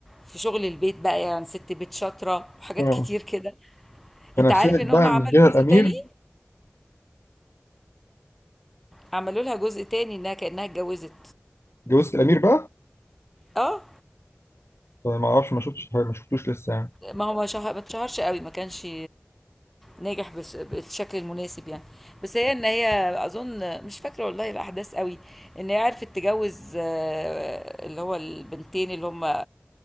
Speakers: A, in the centre; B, on the left.
A: في شغل البيت بقى يعني ست بيت شاطره وحاجات
B: اه
A: كتير كده
B: فنفسنت
A: انت عارف ان هم
B: بقى
A: عملوا
B: من جهه الامير
A: جزء تاني عملوا لها جزء تاني انها كانها اتجوزت
B: جوزة الامير بقى
A: اه
B: طيب ما اعرفش ما شفتش ما شفتوش لسه يعني
A: ما هو ما شهر ما اتشهرش قوي ما كانش ناجح بش- بالشكل المناسب يعني بس هي ان هي اظن مش فاكره والله الاحداث قوي ان هي عرفت تجوز آه، اللي هو البنتين اللي هم